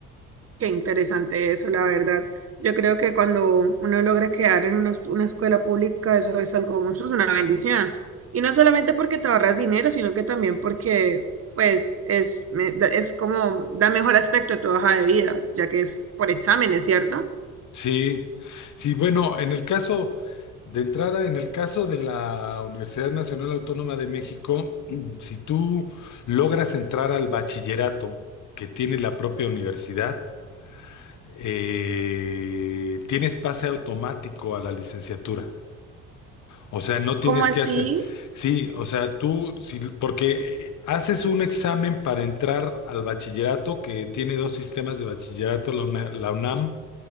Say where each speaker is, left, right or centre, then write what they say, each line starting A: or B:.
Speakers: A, on the right; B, on the left.
A: Qué interesante eso, la verdad. Yo creo que cuando uno logra quedar en una, es- una escuela pública, eso es algo, eso es una bendición. Y no solamente porque te ahorras dinero, sino que también porque, pues, es, me- da- es como, da mejor aspecto a tu hoja de vida, ya que es por exámenes, ¿cierto?
B: Sí, sí, bueno, en el caso de entrada, en el caso de la Universidad Nacional Autónoma de México, <clears throat> si tú logras entrar al bachillerato que tiene la propia universidad, eh, tienes pase automático a la licenciatura. O sea, no tienes
A: ¿Cómo así?
B: que hacer, sí, o sea, tú, sí, porque haces un examen para entrar al bachillerato que tiene dos sistemas de bachillerato, la UNA- la UNAM